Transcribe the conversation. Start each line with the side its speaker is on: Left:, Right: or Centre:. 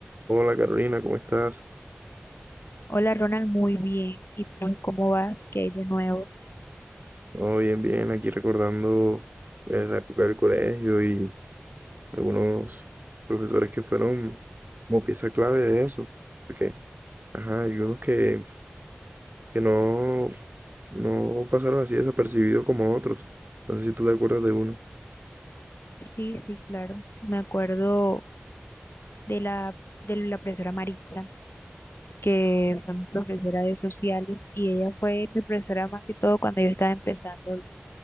Right: Hola Carolina, ¿cómo estás?
Left: Hola Ronald, muy bien. ¿Y tú cómo vas? ¿Qué hay de nuevo?
Right: Oh, bien, bien, aquí recordando eh, la época del colegio y algunos profesores que fueron como pieza clave de eso. Porque, ajá, hay unos que, que no, no pasaron así desapercibidos como otros. No sé si tú te acuerdas de uno.
Left: Sí, sí, claro. Me acuerdo de la, de la profesora Maritza, que fue mi profesora de sociales y ella fue mi profesora más que todo cuando yo estaba empezando el